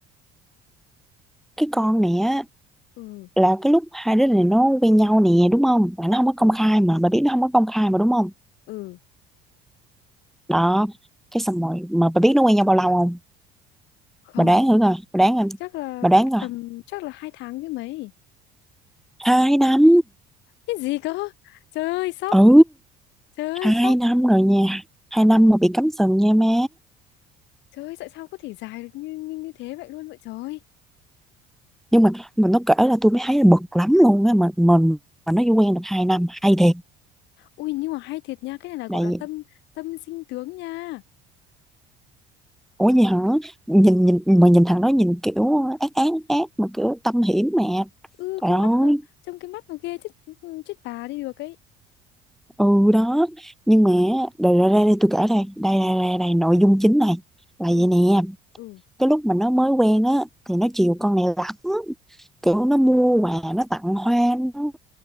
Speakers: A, in the centre; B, on the left.
A: cái con này á
B: ừ
A: là cái lúc hai đứa này nó quen nhau nè đúng không là nó không có công
B: ừ
A: khai mà bà biết nó không có công khai mà đúng không
B: ừ
A: đó cái xong rồi mà bà biết nó quen nhau bao lâu không
B: Không,
A: bà đoán thử coi bà đoán coi
B: chắc là
A: bà đoán
B: chắc
A: coi
B: tầm chắc là hai tháng chứ mấy.
A: hai năm
B: Cái gì cơ? Trời ơi, sốc.
A: ừ
B: Trời ơi,
A: hai
B: sốc.
A: năm rồi nha hai năm mà bị cắm sừng nha má
B: Trời ơi, tại sao có thể dài được như, như như thế vậy luôn vậy trời.
A: nhưng mà mình nó kể là tôi mới thấy là bực lắm luôn á mà mình mà nó chỉ quen được hai năm hay thiệt
B: Ui, nhưng mà hay thiệt nha, cái này là gọi
A: đây
B: là tâm tâm sinh tướng nha.
A: Ủa vậy hả? Nhìn nhìn mà nhìn thằng đó nhìn kiểu ác ác ác mà kiểu tâm hiểm mà.
B: Ừ,
A: Trời
B: cái
A: ơi.
B: mắt nó trông cái mắt nó ghê chết ừ, chết bà đi được ấy.
A: Ừ đó. Nhưng mà đây ra đây, đây tôi kể đây. Đây đây đây đây nội dung chính này là
B: ừ
A: vậy nè.
B: ừ
A: Cái lúc mà nó mới quen á thì nó chiều con này lắm. Kiểu nó mua quà, nó tặng hoa, nó